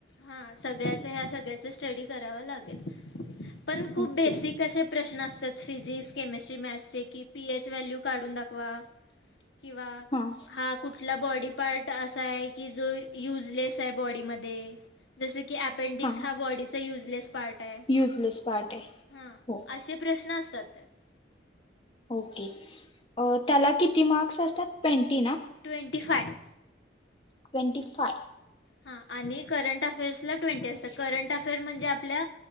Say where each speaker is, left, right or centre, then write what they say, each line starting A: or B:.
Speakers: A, on the left (about 75°); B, on the left (about 25°).
A: हां सगळ्याचं ह्या सगळ्याचा स्टडी करावा लागेल. पण खूप
B: ओके
A: बेसिक असे प्रश्न असतात फिजिक्स, केमेस्ट्री, मॅथ्स चे कि पीएच व्हॅल्यू काढून दाखवा. किंवा
B: हां
A: हा कुठला बॉडी पार्ट असा आहे की जो यूज युजलेस आहे बॉडी मध्ये जस की अपेंडिक्स
B: हां
A: हा बॉडीचा युजलेस पार्ट आहे
B: युजलेस पार्ट आहे
A: हां
B: हो
A: असे प्रश्न असतात. <inaudible>
B: ओके त्याला किती मार्क्स असतात ट्वेन्टी ना?
A: ट्वेंटी फाय
B: ट्वेंटी फाय
A: हा आणि करंट अफेर्सला ट्वेंटी असतात करंट अफेअर म्हणजे आपल्या